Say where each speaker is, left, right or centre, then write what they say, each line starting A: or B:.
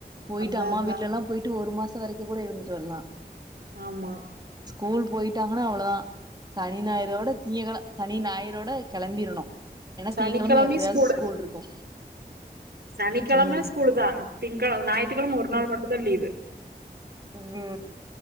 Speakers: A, on the right; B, on the right.
A: போயிட்டு
B: அதா
A: அம்மா
B: அதா
A: வீட்டுலல்லா போயிட்டு ஒரு மாசம் வரைக்கும் கூட இருந்துட்டு வரலா
B: ஆமா
A: ஸ்கூல் போயிட்டாங்கன்னா அவ்ளதா சனி ஞாயிரோட திங்ககெழ சனி ஞாயிரோட கெளம்பிரணு ஏன்னா
B: சனிக்கெழமையு
A: திங்கெழம எப்படியாது
B: ஸ்கூலு
A: ஸ்கூல் இருக்கு
B: சனிக்கெழம
A: ம்
B: ஸ்கூல் தா திங்கெழ ஞாய்த்து கெழம ஒரு நாள் மட்டும் தா லீவு
A: ம்